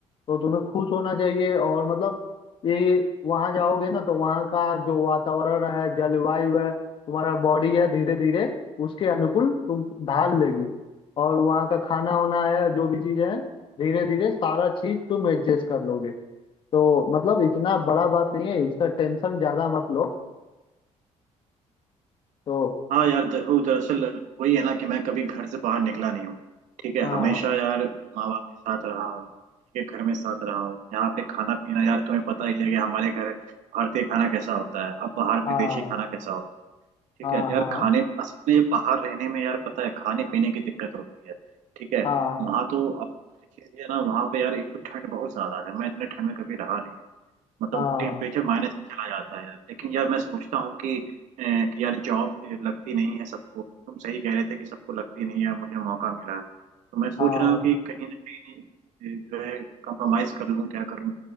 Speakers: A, on the left; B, on the right.
A: तो तुम्हें खुश होना चाहिए और मतलब ये वहाँ जाओगे ना तो वहाँ का जो वातावरण है जलवायु है तुम्हारा बॉडी है धीरे धीरे उसके अनुकूल तुम ढाल लेगी और वहाँ का खाना होना है जो भी चीजें हैं धीरे धीरे सारा चीज तुम एडजस्ट कर लोगे तो मतलब इतना बड़ा बात नहीं है इसका टेंशन ज्यादा मत लो तो
B: हाँ यार देखो दरअसल वही है ना कि मैं कभी घर से बाहर निकला नहीं हूँ ठीक है
A: हाँ
B: हमेशा यार माँ बाप के साथ रहा हूँ ठीक है घर में साथ रहा हूँ यहाँ पे खाना पीना यार तुम्हें पता ही है कि हमारे घर भारतीय खाना कैसा होता है अब बाहर
A: हाँ
B: विदेशी खाना कैसा होता है ठीक
A: हाँ
B: है यार
A: हाँ
B: खाने असल में ये बाहर रहने में यार पता है खाने पीने की दिक्कत होती है ठीक है
A: हाँ
B: वहाँ तो अब चीज़ ये है ना वहाँ पे यार एक तो ठंड बहुत ज्यादा है मैं इतने ठंड में कभी रहा नहीं मतलब
A: हाँ
B: टेम्परेचर माइनस में चला जाता है लेकिन यार मैं सोचता हूँ कि, अ, कि यार जॉब लगती नहीं है सबको तुम सही कह रहे थे कि सबको लगती नहीं है मुझे मौका मिला है तो मैं सोच
A: हाँ
B: रहा हूँ कि कहीं ना कहीं अ, जो है कंप्रोमाइज कर लूँ क्या करूँ